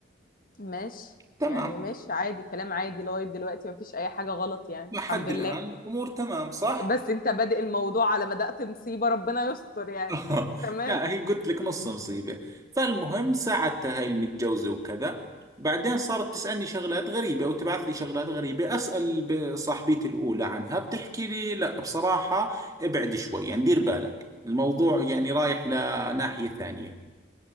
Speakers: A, on the left; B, on the right.
A: ماشي
B: تمام
A: يعني ماشي عادي كلام عادي لغاية دلوقتي مفيش اي حاجة غلط يعني
B: لحد
A: الحمد لله
B: الآن الأمور تمام صح؟
A: بس انت بادئ الموضوع على بدأت مصيبة ربنا يستر يعني
B: <laughs> آه،
A: تمام
B: لا هي قلت لك نص مصيبة فالمهم ساعدتها هاي المتجوزة وكذا بعدين صارت تسألني شغلات غريبة أو تبعث لي شغلات غريبة أسأل ب- صاحبتي الأولى عنها بتحكي لي لا بصراحة ابعد شوي يعني دير بالك الموضوع يعني رايح لناحية ثانية